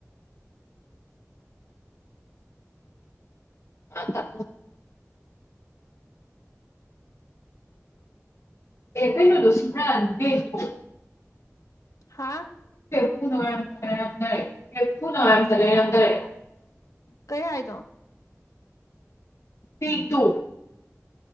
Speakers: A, on the left (about 60°); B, on the left (about 80°).
A: ꯑ ꯑꯦ ꯀꯩꯅꯣꯗꯨ ꯁꯤꯃ꯭ꯔ ꯀ ꯇ
B: ꯍꯥꯥ
A: ꯍ <unintelligible> ꯑꯦ
B: ꯀꯩ ꯍꯥꯏꯅꯣ
A: ꯄꯤꯇꯣ